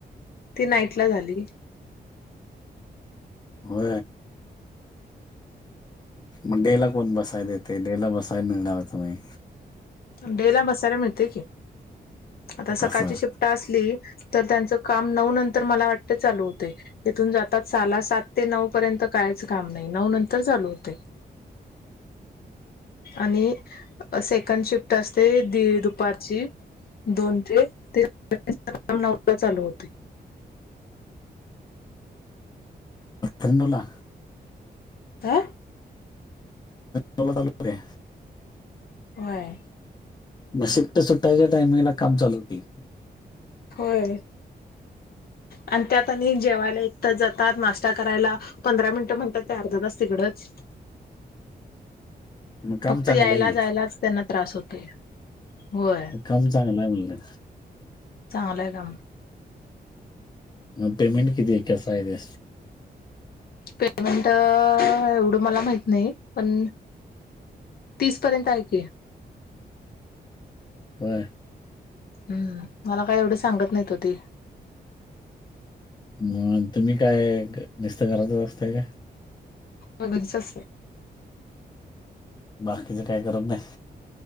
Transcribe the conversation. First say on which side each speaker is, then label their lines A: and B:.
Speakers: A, on the left; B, on the left.
A: ती नाईट ला झाली.
B: अ मग डे ला कोण बसाय देते डे ला बसायला मिळणार तुम्ही
A: डे ला मसाले मिळते की आता
B: कसं
A: सकाळची शिफ्टा असली. तर त्यांच काम नऊ नंतर मला वाटत चालू होते तथून जातात साला सात ते नऊ. पर्यंत काहीच काम नाही नऊ नंतर चालू होते. आणि सेकंड शिफ्ट असते दुपारची. दोन ते ते नऊ चालू होते.
B: रडुला
A: ह
B: टोला तालुके.
A: होय.
B: शिट्ट सुट्टायच्या टाइमिंगला काम चालू होती.
A: होय आणि त्यात आणि जेवायला एक तर जातात नाश्ता करायला. पंधरा मिनिटं म्हणतात ते अर्धा तच तिकडंच
B: <unintelligible> मग काम
A: फक्त
B: चांगलं
A: यायला
B: आहे की.
A: जायलाच त्यांना त्रास होतोय वर.
B: मग काम जागं ना आ म्हणलं.
A: चांगलंय काम
B: मग पेमेंट किती आहे कस आहे ते
A: पेमेंट एवढं मला माहत नाही पण तीसपर्यंत ऐक.
B: हो
A: हम्म मला काय एवढी सांगत नाहीत हो ते
B: मग तुम्ही काय नुस्त घरातच असताय का?
A: मगदीच अस.
B: बाकीचं काय करत नाही